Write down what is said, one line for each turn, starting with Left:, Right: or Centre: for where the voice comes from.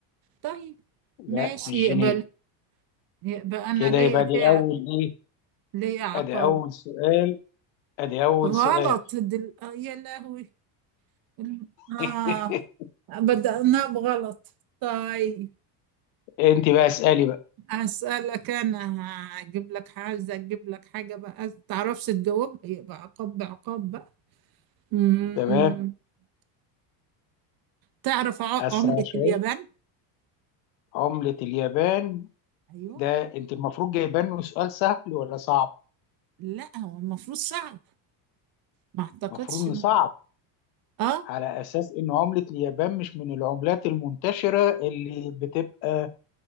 Right: طيب
Left: لا
Right: ماشي
Left: مش
Right: يقبل
Left: جنيف
Right: يبقى انا
Left: كده
Right: ليا
Left: يبقى
Right: فيها
Left: دي اول ايه
Right: ليا عقاب
Left: ادي اول سؤال ادي اول
Right: غلط
Left: سؤال
Right: دل... آه، يا لهوي الم- آه
Left: <laughs>
Right: بدأناه بغلط طيب
Left: انت بقى اسالي بقى
Right: أسألك أنا هجيب لك حاجة أجيب لك حاجة بقى تعرفش تجاوبها يبقى عقاب بعقاب بقى مم.
Left: تمام
Right: تعرف ع-
Left: اسرع
Right: عملة
Left: شويه
Right: اليابان؟
Left: عملة اليابان
Right: أيوه
Left: ده انت المفروض جايبان له سؤال سهل ولا صعب
Right: لا هو المفروض صعب ما أعتقدش
Left: المفروض انه
Right: إنه-
Left: صعب
Right: أه
Left: على اساس ان عملة اليابان مش من العملات المنتشرة اللي بتبقى